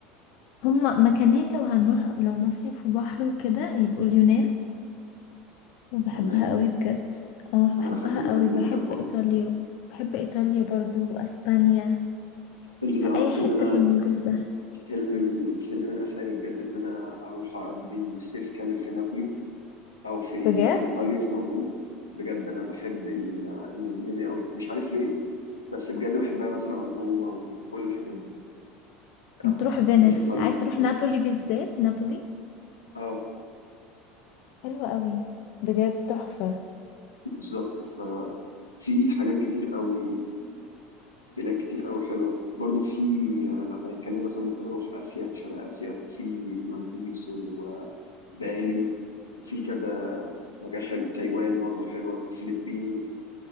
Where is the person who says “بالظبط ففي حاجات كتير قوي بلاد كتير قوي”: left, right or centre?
Left